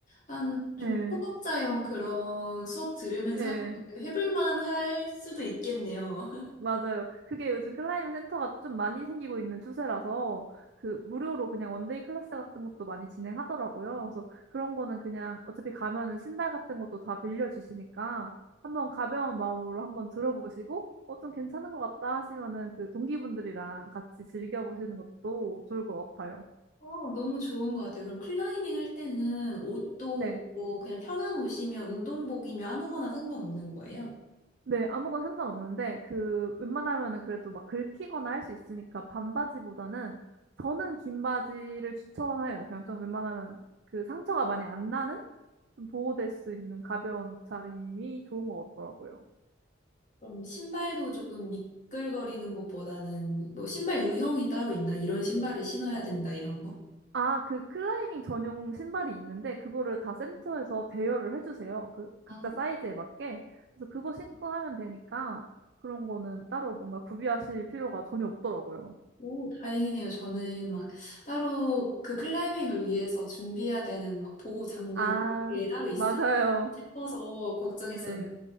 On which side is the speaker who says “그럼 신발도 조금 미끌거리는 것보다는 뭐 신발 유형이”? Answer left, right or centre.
Left